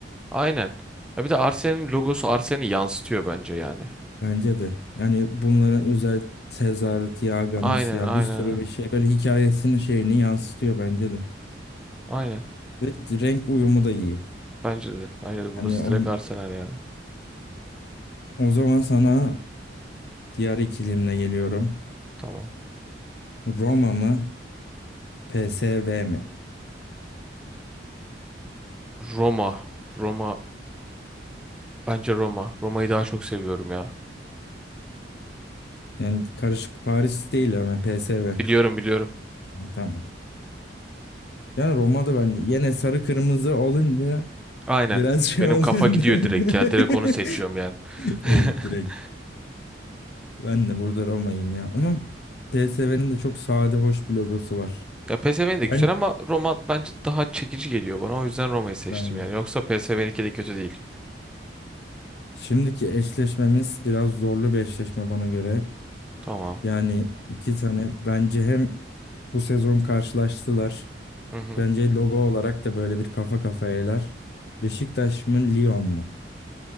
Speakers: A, in the centre; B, on the left.
A: aynen. Ya bir de Arsenal'in logosu Arsenal'i yansıtıyor bence yani.
B: Bence de. Yani bunlara özel tezahürat, yağ garnısı
A: Aynen
B: ya
A: aynen.
B: bir sürü bir şey böyle hikayesini şeyini yansıtıyor bence de.
A: Aynen.
B: Ve renk uyumu da iyi.
A: Bence de. Bence de burası
B: Yani o,
A: direkt Arsenal yani.
B: o zaman sana diğer ikilimle geliyorum.
A: Tamam.
B: Roma mı? PSV mi?
A: Roma. Roma. Bence Roma. Roma'yı daha çok seviyorum ya.
B: Yani karışık Paris değil ama PSV.
A: Biliyorum biliyorum.
B: Ha, Tamam. Yani Roma'da bence yine sarı kırmızı olunca
A: Aynen.
B: biraz şey
A: Benim
B: oluyor.
A: kafa
B: değil
A: gidiyor direkt
B: mi?
A: ya. Direkt onu seçiyorum
B: <laughs>
A: yani. <laughs>
B: Evet, Direkt Ben de burada Roma'yım ya. Ama PSV'nin de çok sade hoş bir logosu var.
A: Ya PSV'nin de güzel
B: Ben
A: ama Roma bence daha çekici geliyor bana. O yüzden Roma'yı
B: ben
A: seçtim
B: yedim.
A: yani. Yoksa PSV'ninki de kötü değil.
B: Şimdiki eşleşmemiz biraz zorlu bir eşleşme bana göre.
A: Tamam.
B: Yani iki tane bence hem bu sezon karşılaştılar.
A: Hı hı.
B: Bence logo olarak da böyle bir kafa kafayalar. Beşiktaş mı Lyon mu?